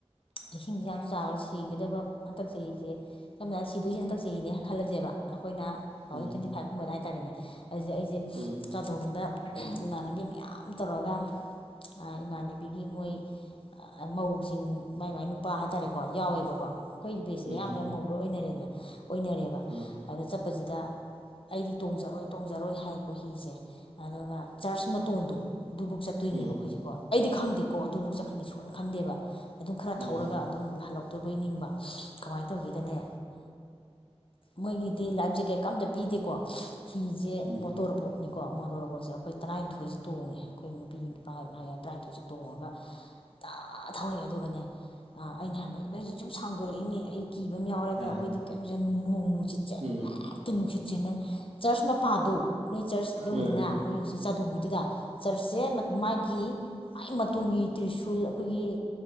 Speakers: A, on the left; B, on the right.
A: ꯏꯁꯤꯡꯁꯦ ꯌꯥꯝ ꯆꯥꯎ ꯆꯥꯎꯔ ꯁꯤꯒꯗꯕ ꯍꯟꯇꯛ ꯆꯍꯤꯁꯦ ꯁꯝꯅ ꯍꯥꯏ ꯁꯤꯗꯣꯏꯁꯤꯅ ꯍꯟꯇꯛ ꯆꯍꯤꯅꯦ ꯈꯜꯂꯁꯦꯕ ꯑꯩꯈꯣꯏꯅ ꯇꯨ ꯊꯥꯎꯖꯟ
B: ꯎꯝ
A: ꯇ꯭ꯋꯇꯤ ꯐꯥꯏꯚꯀꯨꯝꯕ ꯍꯥꯏꯇꯥꯔꯅꯦ ꯑꯗꯨꯗ ꯑꯩꯁꯦ
B: ꯎꯝ
A: ꯆꯥꯗꯣꯡꯗ ꯏꯃꯥꯟꯅꯕꯤ ꯃꯌꯥꯝ ꯇꯧꯔꯒ ꯏꯃꯥꯟꯅꯕꯤꯒꯤ ꯃꯣꯏ ꯃꯧꯁꯤꯡ ꯃꯥꯏ ꯃꯥꯏ ꯅꯨꯄꯥ ꯍꯥꯏꯇꯥꯔꯦꯀꯣ ꯌꯥꯎꯋꯦꯕꯀꯣ ꯑꯩꯈꯣꯏꯒꯤ ꯕꯦꯁꯦ
B: ꯎꯝ
A: ꯌꯥꯝꯅ ꯃꯧ ꯂꯣꯏ ꯑꯣꯏꯅꯔꯦꯗꯅ ꯑꯣꯏꯅꯔꯦꯕ
B: ꯎꯝ
A: ꯑꯗ ꯆꯠꯄꯁꯤꯗ ꯑꯩꯗꯤ ꯇꯣꯡꯖꯔꯣꯏ ꯇꯣꯡꯖꯔꯣꯏ ꯍꯥꯏꯀꯣ ꯍꯤꯁꯦ ꯑꯗꯨꯒ ꯆꯔꯆ ꯃꯇꯣꯟꯗꯣ ꯑꯗꯨꯐꯧ ꯆꯠꯇꯣꯏꯅꯦꯕ
B: ꯎꯝ
A: ꯑꯩꯈꯣꯏꯁꯦꯀꯣ ꯑꯩꯗꯤ ꯈꯪꯗꯦꯀꯣ ꯑꯗꯨꯐꯥꯎ ꯆꯠꯈꯟꯅꯤ ꯁꯣꯏꯅ ꯈꯟꯗꯦꯕ ꯑꯗꯨꯝ ꯈꯔ
B: ꯎꯝ
A: ꯊꯧꯔꯒ ꯑꯗꯨꯝ ꯍꯜꯂꯛꯇꯣꯏꯕꯩ ꯅꯤꯡꯕ ꯀꯃꯥꯏꯅ ꯇꯧꯒꯦꯗꯅꯦ ꯃꯣꯏꯒꯤꯗꯤ ꯂꯥꯏꯐ ꯖꯦꯀꯦꯠ ꯀꯝꯇ ꯄꯤꯗꯦꯀꯣ ꯍꯤꯁꯦ
B: ꯎꯝ
A: ꯃꯣꯇꯣꯔꯕꯣꯠꯅꯤꯀꯣ ꯕꯣꯁꯦ ꯑꯩꯈꯣꯏ ꯇꯔꯥꯅꯤꯊꯣꯏꯁꯦ ꯇꯣꯡꯉꯦ ꯑꯩꯈꯣꯏ ꯅꯨꯄꯤ ꯅꯨꯄꯥ ꯂ ꯌꯥ ꯇꯔꯥꯅꯤꯊꯣꯏꯁꯦ ꯇꯣꯡꯉꯒ ꯇ ꯊꯧꯔꯛꯑꯦ ꯑꯗꯨꯒꯅꯦ ꯑꯩꯅ ꯍꯥꯏꯕ ꯅꯣꯏꯁꯦ ꯁꯨꯝ ꯁꯥꯡꯗꯣꯔꯛꯏꯅꯦ ꯑꯩ ꯀꯤꯕ ꯑꯃ ꯌꯥꯎꯔꯦꯗ
B: ꯑꯥ
A: ꯑꯩꯈꯣꯏꯗꯤ ꯀꯩꯝꯁ ꯅꯨꯡꯣꯡ ꯅꯨꯡꯁꯤꯤꯠ ꯆ
B: ꯎꯝ
A: ꯍꯦꯛꯇ ꯅꯨꯡꯁꯤꯠꯁꯦ ꯅꯪ ꯆꯔꯆ ꯃꯄꯥꯗꯣ ꯅꯣꯏ ꯆꯔꯆ ꯌꯧꯋꯤꯗꯅ
B: ꯎꯝ
A: ꯃꯣꯏ ꯍꯧꯖꯤꯛ ꯆꯥꯗꯣꯡꯒꯤꯗꯨꯗ ꯆꯔꯆꯁꯦ ꯃꯥꯒꯤ ꯃꯥꯏ ꯃꯇꯣꯒꯤ ꯇ꯭ꯔꯤꯁꯨꯜ ꯑꯩꯈꯣꯏꯒꯤ